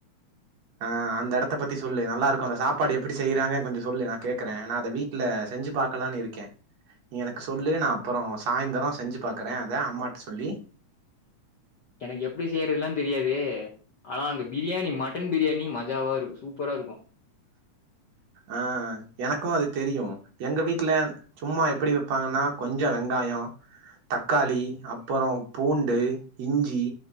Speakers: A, on the right (about 60°); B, on the left (about 80°).
A: ஆ அந்த எடத்த பத்தி சொல்லு நல்லா இருக்கும் அந்த சாப்பாடு எப்படி செய்யறாங்க கொஞ்சம் சொல்லு நான் கேக்குறேன் நா அத வீட்ல செஞ்சி பாக்கலான்னு இருக்கேன் நீ எனக்கு சொல்லு நான் அப்புறம் சாய்ந்தரம் செஞ்சி பாக்குறேன் அத அம்மாட்ட சொல்லி
B: எனக்கு எப்படி செய்யறதுல்லாம் தெரியாது ஆனா அங்க பிரியாணி மட்டன் பிரியாணி மஜாவா இருக்கும் சூப்பரா இருக்கும்
A: ஆ எனக்கும் அது தெரியும் எங்க வீட்ல சும்மா எப்படி வைப்பாங்கன்னா கொஞ்சம் வெங்காயம் தக்காளி அப்புறம் பூண்டு இஞ்சி